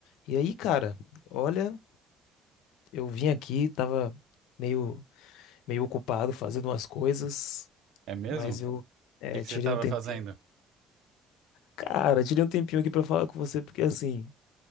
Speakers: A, on the left; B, on the right.
A: E aí, cara, olha, eu vim aqui, tava meio, meio ocupado fazendo umas coisas,
B: É mesmo?
A: mas
B: O
A: eu é,
B: que que
A: tirei
B: você estava
A: um tempinho.
B: fazendo?
A: Cara, tirei um tempinho aqui pra falar com você, porque assim,